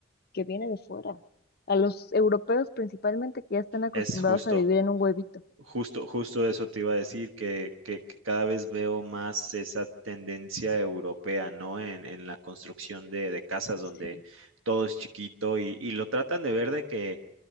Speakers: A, on the left; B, on the right.
A: que viene de fuera, a los europeos principalmente que ya están acostumbrados
B: es justo.
A: a vivir en un huevito.
B: Justo, justo eso te iba a decir, que, que- que cada vez veo más esa tendencia europea, ¿no? En, en la construcción de, de casas
A: Sí.
B: donde todo es chiquito y, y lo tratan de ver de que,